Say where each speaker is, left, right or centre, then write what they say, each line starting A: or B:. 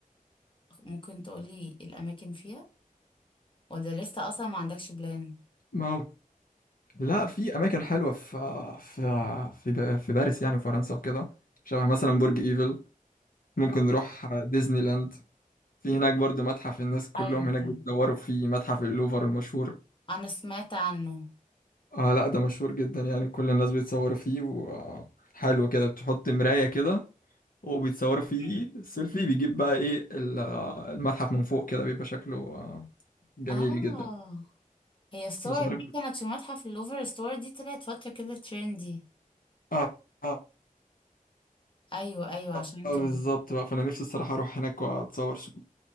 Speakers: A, on the left; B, on the left.
A: ممكن تقولي الأماكن فيها ولا لسه أصلا ما عندكش بلان
B: ما هو لا في اماكن حلوة في في في, ب... في باريس يعني وفرنسا وكده شبه مثلا برج ايفل ممكن نروح ديزني لاند في هناك برضو متحف الناس كلهم
A: أيوه
B: هناك
A: أيوه
B: بيتصوروا في متحف اللوفر المشهور
A: انا سمعت عنه
B: اه لا ده مشهور جدا يعني كل الناس بيتصوروا فيه وحلو كده بتحط مراية كده وبيتصوروا فيه
A: مم.
B: سيلفي بيجيب بقى ايه ال- آه، المتحف من فوق كده بيبقى شكله آه، جميل
A: اه
B: جدا
A: هي الصور
B: مش عارف
A: دي كانت في متحف اللوفر الصور دي طلعت فترة كده ترندي
B: اه آه،
A: ايوه ايوه عشان
B: آه، بالظبط
A: كده
B: بقى فانا نفسي الصراحة اروح هناك واتصور صورة